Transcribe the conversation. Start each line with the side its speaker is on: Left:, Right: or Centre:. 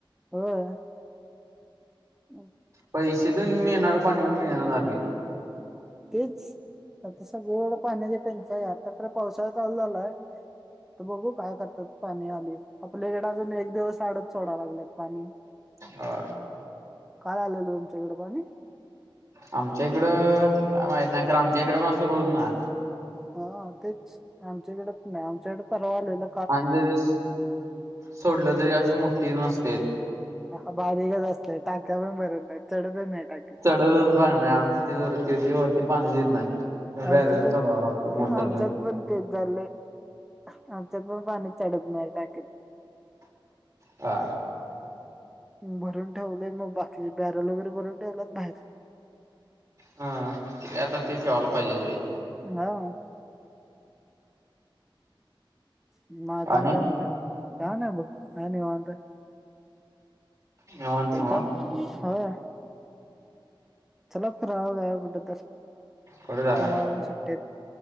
Centre: होय <inaudible>
Right: पैसे देऊन मिळणारं पाणी पण मिळणा झालेय.
Centre: तेच आता सगळं पाण्याच टंचाई यात आता परत पावसाळा चालू झालाय, तर बघू काय करतात पाणी आली आपल्या इकडे अजून एक दिवस आडच सोडा लागलेत पाणी.
Right: हा,
Centre: काल आलेलं तुमच्या इकडं पाणी?
Right: आमच्या इकडं काय माहित नाही, कारण आमच्या इकडें पण असं रोज ना
Centre: हा तेच आमच्याइकडे पण नाही, आमच्याइकडे परवा आलेला
Right: आणि जरी सोडलं तरी अशी मोठठी नस
Centre: ह बारीकच असतंय टाक्या पण भरत नाही, चढतच नाही टाकित.
Right: दररोज भाडणंय आमच्या तिथ ते, ते वरती पाणी येत नाही
Centre: आमच्यात
Right: बॅरलन चढवावं लागते मोटर
Centre: आमच्यात
Right: ने.
Centre: पण तेच चाललंय आमच्याकडे पाणी चढत नाही टाकीत.
Right: हा,
Centre: भरून ठेवलेलं, मग बाकीचे बॅरल वगैरे भरून ठेवलंत बाहेर.
Right: हा ते आता ते ठेवायला पाहिजे ते.
Centre: व्हय, मग आजून
Right: आणि
Centre: काय म्हणत्या? काय नाही बघ हाय निवांत.
Right: निवांत
Centre: येतो?
Right: नव्ह
Centre: होय. चला फिरायला जावा कुठं तर
Right: कुठं जाया
Centre: तुम्हाला पण सुट्टियेत.